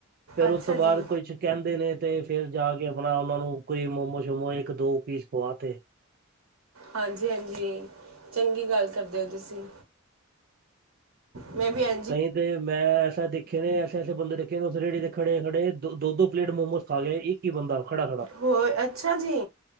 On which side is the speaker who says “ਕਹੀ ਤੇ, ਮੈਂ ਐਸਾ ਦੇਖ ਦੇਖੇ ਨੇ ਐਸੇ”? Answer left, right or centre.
Right